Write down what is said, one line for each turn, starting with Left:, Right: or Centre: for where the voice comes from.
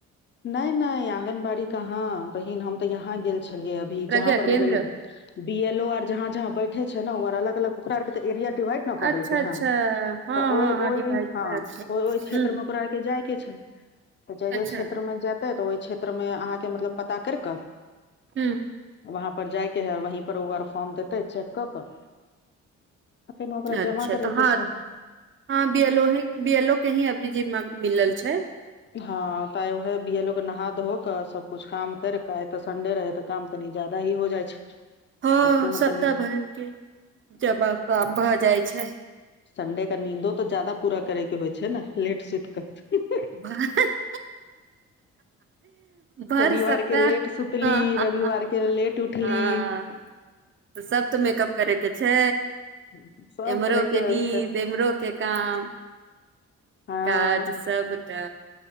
Left: नैइ नैइ आंगनबाड़ी कहाँ बहिन हम ते यहााँ गेल छलियै अब भी
Right: प्रज्ञा
Left: जहा पर
Right: केन्द्र
Left: मतलब ई बीएलओ आर जहा पर बैठैय छै ने ओआर अलग अलग ओकरा आर के त एरिया डिवाइड कऽ
Right: अच्छा
Left: देलकै
Right: अच्छा
Left: हन
Right: हँ
Left: तऽ ओइ-
Right: हँ हँ
Left: ओइ
Right: डिवाइड
Left: हाँ,
Right: करल छै
Left: ओइ-ओइ
Right: हूँ
Left: ओकरा आओर के जाइ के छैय, त जइ-जइ
Right: अच्छा
Left: क्षेत्रमे जाइ तऽ ओहि क्षेत्र मे अहाँके मतलब पता कैर कऽ
Right: हुँ।
Left: वहाँं पर जायके है वहीं पर ओ आर फॉर्म देतेै चेक कऽ कऽ फेन ओकरा
Right: अच्छा
Left: जमा करे
Right: तऽ हँ
Left: के छै।
Right: हँ बएलो ही बियलोक के ही अभ्रजीमे मिलल छै।
Left: हँ तऽ आ उहे बीयलोक कऽ नहाधोअ कऽ सबकुछ काम कर क आइ तऽ सडे रहे काम तनी जादा ही हो जाय छै।
Right: हँ
Left: उठो मे
Right: सप्ताह
Left: तनी
Right: भर के जबकाम भ जाइ छै
Left: सन्डे के नींदो तऽ जादा पूरा करयके होइ छै ने लेट सुति क।
Right: <unintelligible> ह भैर
Left: शनिवार
Right: सप्ताह
Left: के लेट सुतली
Right: ह ह
Left: रविवार
Right: ह
Left: के लेट उठली
Right: हाँ। तऽ सब तऽ मेकअप करे के छै
Left: सब
Right: एम्हरो
Left: करे
Right: के
Left: होइ
Right: नीद
Left: छै
Right: एमहरो के काम
Left: हँ
Right: काज सबटा